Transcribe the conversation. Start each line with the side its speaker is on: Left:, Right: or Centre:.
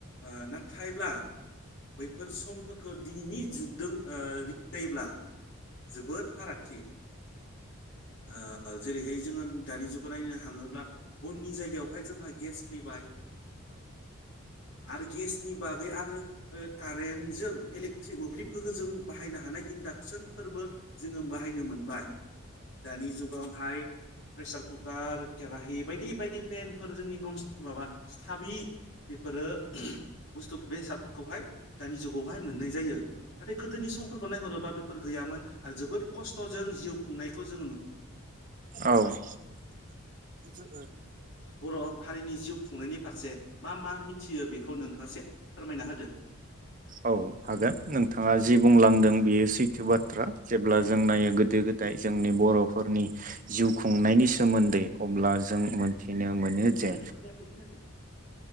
Left: ना थायब्ला बैफोर समफोरखौ दिनैनि जुगदों ओ <unintelligible> जोबोद फारागथि ओ जेरैहाय जोङो दानि जुगाव नायनो हाङोब्ला बननि जायगायावहाय जोंहा गेस फैबाय। आरो गेसनि बागै आरो ओ कारेनजों इलेक्ट्रिक मोब्लिब गोहोजों बाहायनो हानाय इनदागसोनफोरबो जोङो बाहायनो मोनबाय दानि जुगावहाय प्रेसार कुकार केराहि बायदि बायदि पेनफोर जोंनि नन्स माबा स्थाबि बेफोरो बुस्तु बेसादफोरखौहाय दानि जुगावहाय मोननाय जायो नाथाय गोदोनि समफोरखौ नायहरोबा बेफोर गैयामोन आरो जोबोद कस्तजों जिउ खुंनायखौ जोङो नु
Right: औ। <inaudible>
Left: बर हारिनि जिउ खुंनायनि फारसे मा मा मिथियो बेखौ नोंथाङा से फोरमायना होदो।
Right: औ हागोन नोंथाङा जि बुंलांदों बियो सैथो बाथ्रा जेब्ला जों नायो गोदो गोदाय जोंनि बरफोरनि जिउ खुंनायनि सोमोन्दै अब्ला जों मोनथिनो मोनो जे
Left: ओइ खोनायाखै खोनायाखै